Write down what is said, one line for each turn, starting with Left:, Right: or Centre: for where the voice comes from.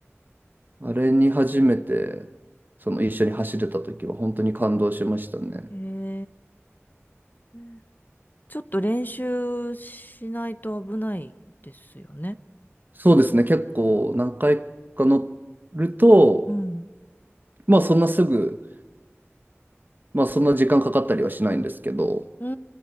Right: あれに初めてその一緒に走れた時は本当に感動しましたね。
Left: んへえ。ちょっと練習しないと危ないですよね。
Right: そうですね、結構何回か乗ると、
Left: うん。
Right: まあそんなすぐ、まあそんな時間かかったりはしないんですけど、
Left: うー